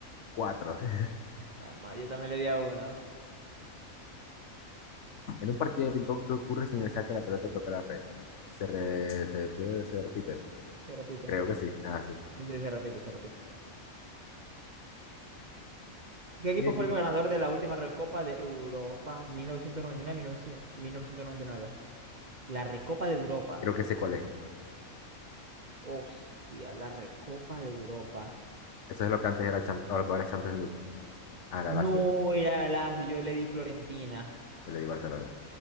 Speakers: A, on the left (about 60°); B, on the right (about 45°).
A: Cuatro. <laughs>
B: Ah, ma, yo también le di a uno.
A: En un partido de ping-pong, ¿qué ocurre si en el saque la pelota toca la red? ¿Se, re- se pierde- se repite?
B: Se repite.
A: Creo que sí. Ah, sí.
B: Sí, sí, se repite, se repite. ¿Qué equipo
A: ¿Qué equipo?
B: fue el ganador de la última Recopa de Europa 1999-1999? La Recopa de Europa.
A: Creo que sé cuál es.
B: Hostia, la Recopa de Europa.
A: Eso es lo que antes era, champ- o lo que ahora es Champions League. Ah, la
B: No
A: Lazio.
B: era Lazio, yo le di Florentina.
A: El de Barcelona.